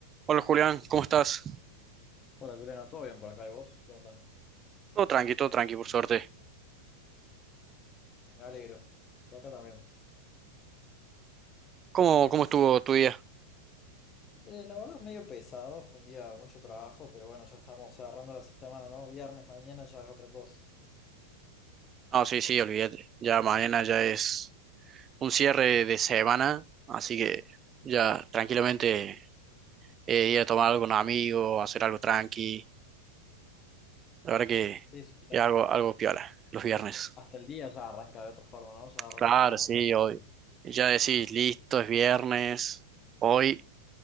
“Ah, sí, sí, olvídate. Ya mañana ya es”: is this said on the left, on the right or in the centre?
Right